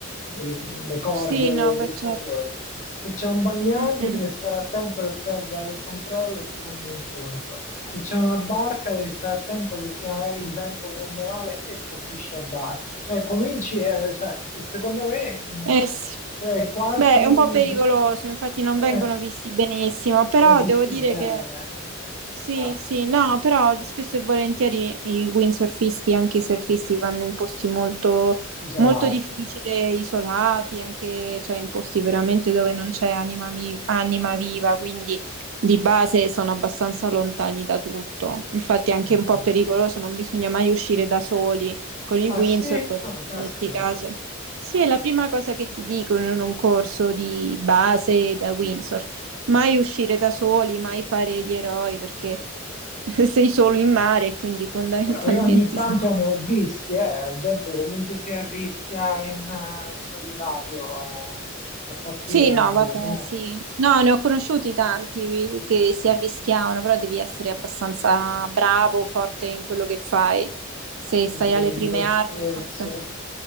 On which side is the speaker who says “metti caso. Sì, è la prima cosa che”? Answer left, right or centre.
Right